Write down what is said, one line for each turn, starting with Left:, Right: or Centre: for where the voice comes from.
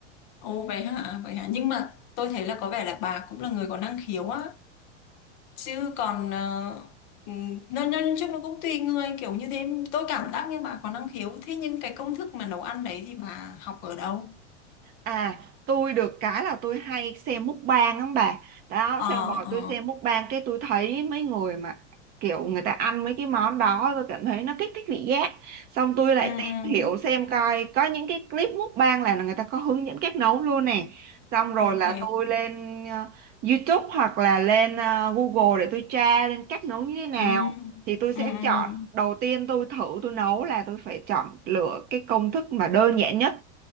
Left: Ồ vậy hả, vậy hả. Nhưng mà tôi thấy là có vẻ là bà cũng là người có năng khiếu á. Chứ còn ờ, ừ, nó nó nói chung nó cũng tùy người kiểu như thế. Tôi cảm giác như bà có năng khiếu. Thế nhưng cái công thức mà nấu ăn đấy thì bà học ở đâu?
Right: À, tôi được cái là tôi hay xem mukbang lắm bà. Đó,
Left: Ờ,
Right: xem rồi
Left: ờ.
Right: tôi xem mukbang cái tôi thấy mấy người mà kiểu người ta ăn mấy cái món đó tôi cảm thấy nó kích thích vị giác. Xong tôi lại
Left: Ừ, ừ.
Right: tìm hiểu xem coi có những cái clip mukbang là người ta có hướng dẫn cách nấu luôn nè. Xong
Left: Ok.
Right: rồi là tôi lên ờ, YouTube hoặc là lên ờ, Google để tôi tra lên cách nấu như thế nào.
Left: ừ
Right: Thì tôi sẽ
Left: ừ ừ.
Right: chọn đầu tiên tôi thử tôi nấu là tôi phải chọn lựa cái công thức mà đơn giản nhất